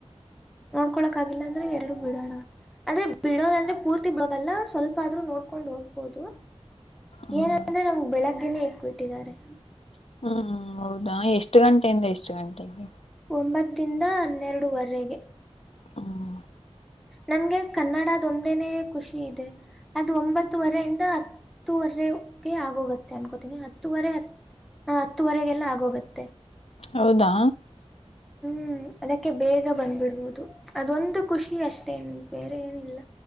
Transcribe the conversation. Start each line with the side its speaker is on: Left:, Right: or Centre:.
Centre: ನೋಡ್ಕೊಳಕ್ ಆಗಿಲ್ಲ ಅಂದ್ರೆ ಎರಡು ಬಿಡೋಣ ಅಂದ್ರೆ ಬಿಡೋದಂದ್ರೆ ಪೂರ್ತಿ ಬಿಡೋದಲ್ಲ ಸ್ವಲ್ಪ ಆದ್ರೂ ನೋಡ್ಕೊಂಡ್ ಹೋಗ್ಬೋದು
Left: ಹ್ಮ್
Centre: ಏನಂದ್ರೆ ನಮ್ಗೆ ಬೆಳಗ್ಗೆನೆೇ ಇಟ್ಬಿಟ್ಟಿದ್ದಾರೆ
Left: ಹ್ಮ್ ಹೌದಾ ಎಷ್ಟು ಗಂಟೆಯಿಂದ ಎಷ್ಟು ಗಂಟೆಗೆ
Centre: ಒಂಬತ್ತಿಂದ ಹನ್ನೆರಡುವರೆಗೆ
Left: ಹ್ಮ್
Centre: ನನ್ಗೆ ಕನ್ನಡದೊಂದೇನೇ ಖುಷಿ ಇದೆ ಅದು ಒಂಬತ್ತುವರೆ ಇಂದ ಹತ್ತುವರೆಗೆ ಆಗೋಗುತ್ತೆ ಅನ್ಕೋತನಿ ಹತ್ತುವರೆ ಹ ಹತ್ತುವರೆಗೆಲ್ಲ ಆಗೋಗುತ್ತೆ
Left: ಹೌದಾ
Centre: ಹ್ಮ್ ಅದಕ್ಕೆ ಬೇಗ ಬಂದ್ಬಿಡ್ಬಹದು ಅದೊಂದು ಖುಷಿ ಅಷ್ಟೇನ್ ಬೇರೆ ಏನಿಲ್ಲ